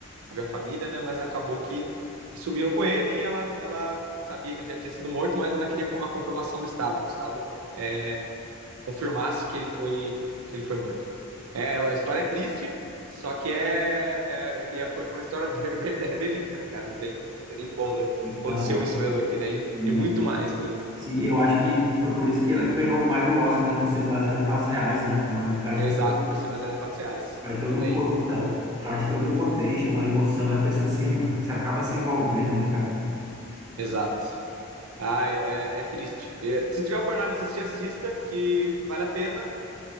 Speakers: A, on the right (about 85°); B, on the right (about 20°).
A: a família né mas acabou que sumiram com ele e ela ela sabia que ele já tinha sido morto mas ela queria a comprovação do estado que o estado é, confirmasse que ele foi que ele foi morto. É, a história é triste, só que é, é, é foi, foi uma história <laughs> verídica, né, cara? Não tem, não tem nem como, né?
B: então,
A: Aconteceu isso mesmo aqui, né? E,
B: sim,
A: e muito mais coisas.
B: sim, eu acho que foi por isso que ela ganhou mais o Oscar, né, por ser baseado em fatos reais, né, então ele traz
A: Exato,
B: todo
A: por ser baseado em fatos reais
B: Traz todo
A: também.
B: um, con- tra-
A: Bom,
B: traz todo um contexto, uma emoção, e a pessoa se, env- se acaba se envolvendo, né, cara?
A: exato. Ah, é, é é triste. É, se tiver a oportunidade de assistir, assista, que vale a pena.